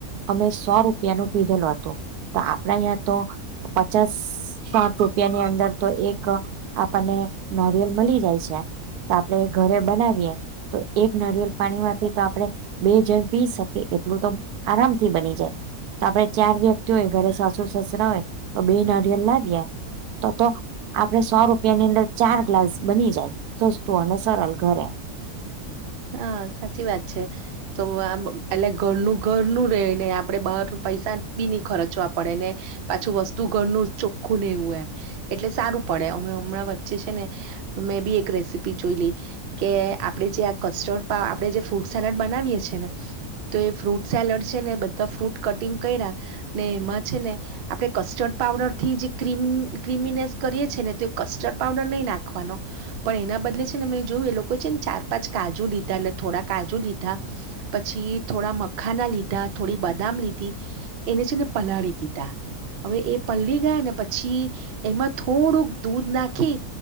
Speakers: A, on the right; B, on the right.
A: અમે સો રૂપિયા નું પીધેલું હતું તો આપડા અહીંયા તો પચાસ સાઠ રૂપિયાની અંદર તો એક આપણને નરિયલ મળી જાય છે તો આપણેે ઘરે બનાવીએ તો એક નારિયલ પાણી માંથી તો આપણે બે જણ પી શકીએ એટલું તો આરામથી બની જાય તો આપણે ચાર વ્યક્તિ હોય ઘરે સાસુ સસરા હોય તો બે નારિયેલ લાવ્યા તો-તો આપડે સો રૂપિયાની અંદર ચાર ગ્લાસ બની જાય સસ્તું અને સરલ ઘરે.
B: હા સાચી વાત છે. તો આમ એટલે ઘરનું ઘરનું રે ને આપડે બહાર પૈસા બી ન ખર્ચવા પડે ને પાછું વસ્તુ ઘરનું ચોખ્ખું નેવું હોય એમ. એટલે સારું પડે અમે હમણાં વચ્ચે છે ને મેં બી એક રેસીપી જોઈ લી કે આપડે જે કસ્ટર્ડ પા આપણે જે ફ્રૂટ સલાડ બનાવીએ છે ને તો એ ફ્રૂટ સેલડ છે ને બધા ફ્રૂટ કટિંગ કયરા ને એમાં છે ને આપડે કસ્ટર્ડ પાવડરથી જે ક્રીમ ક્ર્રીમીનેસ કરીએ છે ને તો એ કસ્ટર્ડ પાવડર નહી નાખવાનો પણ એના બદલે છે ને મેં જોયું એ લોકો છે ને ચાર પાંચ કાજુ લીધા એટલે થોડા કાજુ લીધા પછી થોડા મખાના લીધા થોડી બદામ લીધી એને છે ને પલાળી દીધા હવે એ પલળી ગયા ને પછી એમાં થોડુંક દૂધ નાખી